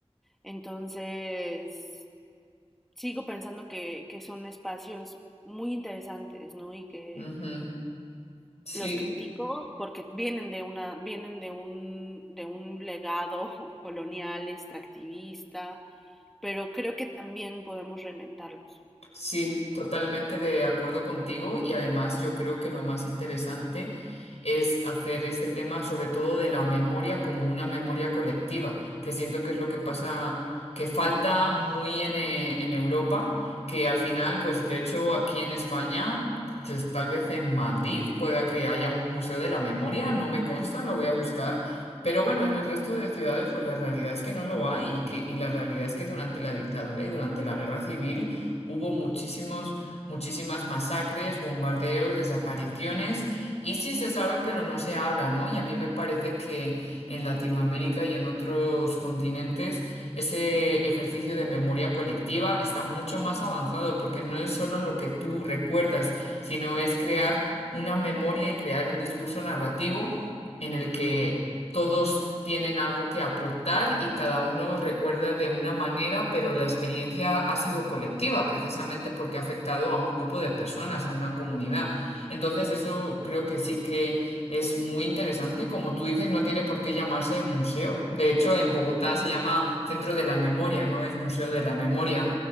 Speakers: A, in the centre; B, on the left (about 75°).
A: Entonces, sigo pensando que, que son espacios muy interesantes, ¿no? Y que
B: Ujú. Sí.
A: los critico porque vienen de una, vienen de un, de un legado <laughs> colonial, extractivista, pero creo que también podemos reinventarlos.
B: Sí, totalmente de acuerdo contigo y además yo creo que lo más interesante es hacer este tema sobre todo de la memoria como una memoria colectiva, que siento que es lo que pasa, que falta muy en, eh, en Europa, que al final, pues de hecho aquí en España, pues, tal vez en Madrid pueda que haya un museo de la memoria, no me consta, lo voy a buscar. Pero bueno, en el resto de ciudades, pues la realidad es que no lo hay y que, y la realidad es que durante la dictadura y durante la guerra civil hubo muchísimos, muchísimas masacres, bombardeos, desapariciones, y sí se sabe, pero no se habla, ¿no? Y a mí me parece que en Latinoamérica y en otros continentes ese ejercicio de memoria colectiva está mucho más avanzado, porque no es solo lo que tú recuerdas, sino es crear una memoria y crear un discurso narrativo en el que todos tienen algo que aportar y cada uno recuerda de una manera, pero la experiencia ha sido colectiva, precisamente porque ha afectado a un grupo de personas, a una comunidad. Entonces, eso creo que sí que es muy interesante. Como tú dices, no tiene por qué llamarse museo. De hecho, en Bogotá se llama Centro de la Memoria, no es Museo de la Memoria.